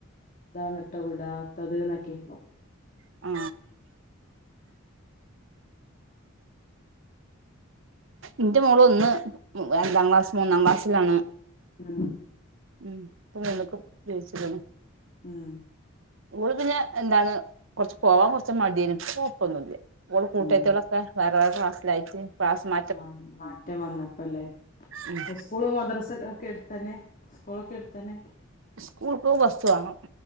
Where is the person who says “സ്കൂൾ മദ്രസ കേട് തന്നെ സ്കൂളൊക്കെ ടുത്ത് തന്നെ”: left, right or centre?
Left